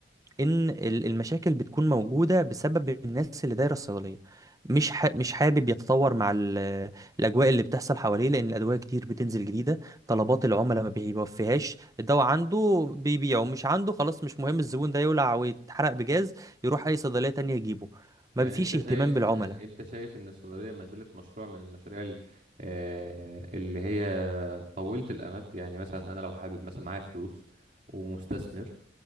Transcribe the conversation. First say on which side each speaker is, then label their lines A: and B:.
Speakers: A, on the right (about 20°); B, on the right (about 45°).
A: ان ال- المشاكل بتكون موجوده بسبب الناس اللي دايره الصيدليه مش ح... مش حابب يتطور مع ال... الاجواء اللي بتحصل حواليه لان الادويه كتير بتنزل جديده طلبات العملاء ما بيوفيهاش الدواء عنده بيبيعه مش عنده خلاص مش مهم الزبون ده يولع ويتحرق بجاز يروح اي صيدليه تانية يجيبه ما
B: يعني
A: فيش
B: انت
A: اهتمام
B: شايف
A: بالعملاء
B: انت شايف ان الصيدليه ما زالت مشروع من المشاريع ال- آه، اللي هي طويله الامد يعني مثلا انا لو حابب مثلا معايا فلوس ومستثمر